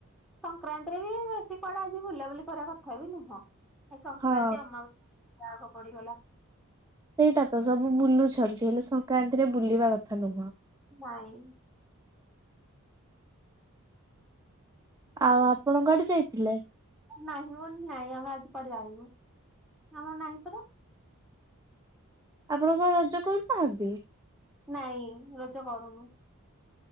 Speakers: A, in the centre; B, on the right.
A: ସଂକ୍ରାନ୍ତିରେ ବି ବେଶୀ କୁଆଡା ଆଜି ବୁଲାବୁଲି କରିବା କଥା ବି ନୁହଁ। ଏ ସଂକ୍ରାନ୍ତି
B: ହଁ।
A: ଅମାବସ୍ୟା <unintelligible> ପଡିଗଲା।
B: ସେଇଟା ତ ସବୁ ବୁଲୁଛନ୍ତି ହେଲେ ସଂକ୍ରାନ୍ତିରେ ବୁଲିବା କଥା ନୁହଁ।
A: ନାଇଁ।
B: ଆଉ ଆପଣ କୁଆଡେ ଯାଇଥିଲେ?
A: ନାହିଁ ବୋଲି ନାଇଁ ଆମେ ଆଜି କୁଆଡେ ଯାଇନୁ ଆମର ନାହିଁ ପରା।
B: ଆପଣ କଣ ରଜ କରୁନାହାନ୍ତି?
A: ନାଇଁ ରଜ କରୁନୁ।